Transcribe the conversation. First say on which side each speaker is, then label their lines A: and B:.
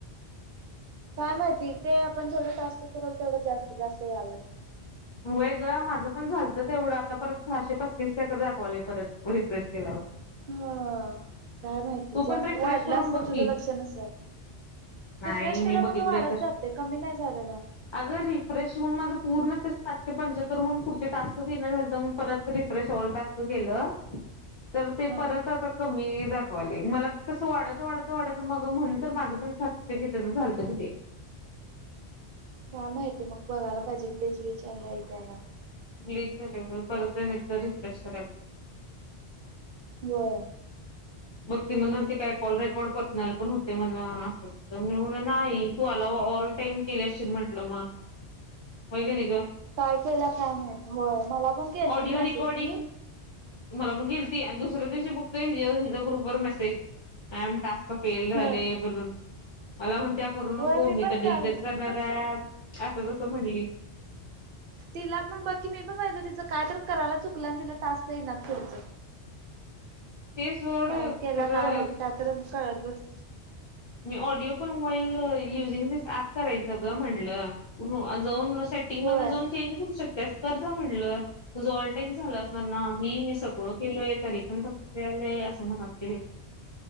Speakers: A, on the right; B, on the left.
A: काय माहिती ते आपण जेवढं टास्क करवल तेवढं जास्त जास्त यायल लागत.
B: <inaudible> होय ग माझं पण झालतं तेवढं आता परत सहाशे पस्तीस काय तर दाखवालेय परत रिफ्रेश केल्यावर.
A: ह काय माहिती
B: तू पण
A: जास्त
B: रिफ्रेश
A: वाढलं
B: करून
A: असेल
B: बघ
A: तुझं
B: की
A: लक्षण असल.
B: नाही
A: रिफ्रेश केला
B: मी
A: माझ
B: बघितलंय
A: वाढत
B: तर
A: जाते कमी नाही झालेला.
B: अगं रिफ्रेश होऊन माझं पूर्ण ते सातशे पंच्याहत्तर होऊन पुढ टास्कच ये नाही झालतं मग. परत रि्रेश ऑल टास्क केलं तर ते
A: हा.
B: परत. कमी दाखवाले मला तसं वाढत वाढत वाढत मग म्हण तर माझं पण सातशे किती झालतं कितीे.
A: का माहितय मग बघाला पाहिजे गलेच विचार आहे का त्याला.
B: क्लिक झालाय ना परत एकदा रिफ्रेश करेल.
A: होय.
B: मग ती म्हणालती, काय कॉल रेकॉर्ड पर्सनल पण होतय म्हण, असं -तसं म्हणालती, मी म्हटलं नाही तू आलाऊ ऑल टाईम केले अशील म्हटल मग, होय की नाही गं
A: काय केल्या काय माहित? होय मला पण केलती
B: ऑडिओ
A: मेसेज
B: रेकॉर्डिंग
A: ती.
B: मला पण केलती आणि दुसऱ्या दिवशी बघतोय हिच्या हिचा ग्रुपवर message I am task fail झाले
A: हं.
B: म्हणून, मला म्हणत्या करू
A: होय
B: नको मी
A: पण
B: तर
A: काल
B: डिलटच करणार आहे ऍप. असं तसं म्हणली.
A: तिला पण बघ की, मी पण बघीतल तिचं काय तर करायला चुकलं आणि तिला टास्क येईना पुढचं.
B: ते सोड
A: काय केल्या
B: खरं
A: काय माहित, काय तर कळत बस
B: मी ऑडिओ पण व्हाईल युजिंग धीस ॲप करायच ग म्हटलं जाऊन सेटिंग
A: होय.
B: मधनं जाऊन चेंज करु शकत्यास, कर जा म्हटलं. तुझं ऑल टाईम झाला असणार, नाही मी सगळं केलोय तरी पण तसंच यालंय असं म्हणालती बाई.